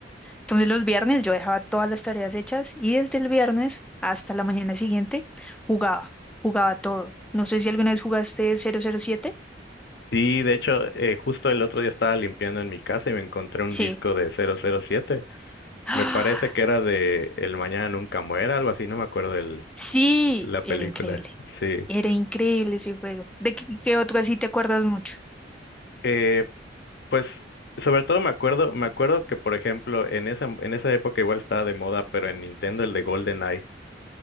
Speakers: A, in the centre; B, on the left.
A: Entonces los viernes yo dejaba todas las tareas hechas y desde el viernes hasta la mañana siguiente jugaba, jugaba todo. No sé si alguna vez jugaste 007.
B: Sí, de hecho, eh, justo el otro día estaba limpiando en mi casa y me encontré un
A: Sí.
B: disco de 007.
A: <gasps>
B: Me parece que era de El Mañana Nunca Muera, algo así, no me acuerdo el,
A: Sí,
B: la
A: era
B: película.
A: increíble.
B: Sí.
A: Era increíble ese juego. ¿De qué, qué otro así te acuerdas mucho?
B: Eh, pues, sobre todo me acuerdo, me acuerdo que, por ejemplo, en esa, en esa época igual estaba de moda, pero en Nintendo el de GoldenEye.